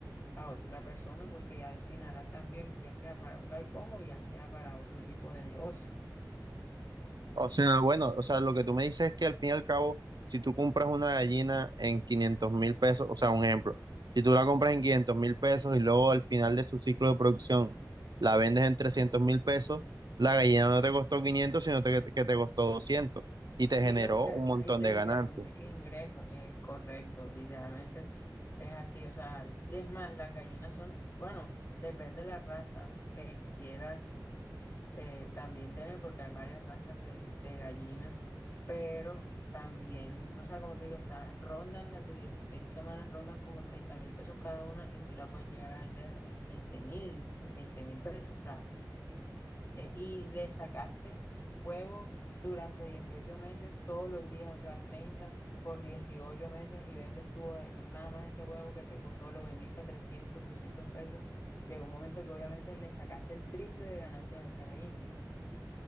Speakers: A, on the left; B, on the right.
A: a otra persona, pues que ya destinará también, ya sea para un galpón o ya sea para otro tipo de negocio.
B: O sea, bueno, o sea, lo que tú me dices es que al fin y al cabo, si tú compras una gallina en quinientos mil pesos, o sea, un ejemplo, si tú la compras en quinientos mil pesos y luego al final de su ciclo de producción la vendes en trescientos mil pesos, la gallina no te costó 500, sino te- que te costó 200 y te generó
A: Y lo que
B: un montón
A: ahí te
B: de
A: genera
B: ganancias.
A: ingre- ingresos es correcto, literalmente es así, o sea, es más, las gallinas son, bueno, depende de la raza que quieras eh, también tener, porque hay varias razas de, de gallinas, pero también, o sea, como te digo, están, rondan las de 16 semanas, rondan como treinta mil pesos cada una y tú la puedes llegar a vender en quince mil, veinte mil pesos, o sea, eh, y le sacaste huevos durante 18 meses, todos los días, o sea, 30 por 18 meses y vendes tú eh, nada más ese huevo que te costó, lo vendiste a 300, 200 pesos. Llegó un momento que obviamente le sacaste el triple de ganancias a esa gallina.